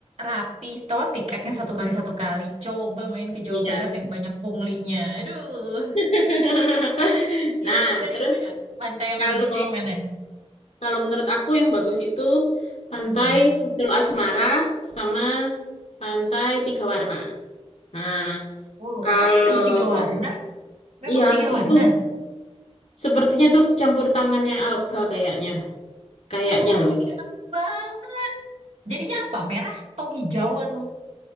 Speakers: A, on the right (about 80°); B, on the left (about 75°).
A: rapi toh tiketnya satu kali satu kali. Coba main ke Jawa
B: Iya.
A: Barat yang banyak punglinya. Aduh.
B: <laughs>
A: Iya,
B: Nah,
A: iya, gimana
B: terus
A: gimana? Pantai yang
B: kalau
A: bagusnya yang mana?
B: kalau menurut aku yang bagus itu pantai
A: Hmm.
B: Teluk Asmara sama pantai Tiga Warna. Nah,
A: Oh,
B: kalau
A: kok disebut tiga warna? Memang
B: iya
A: tiga warna?
B: itu Sepertinya itu campur tangannya alga kayaknya, kayaknya
A: Wah,
B: loh.
A: enak banget. Jadinya apa? Merah atau hijau atau?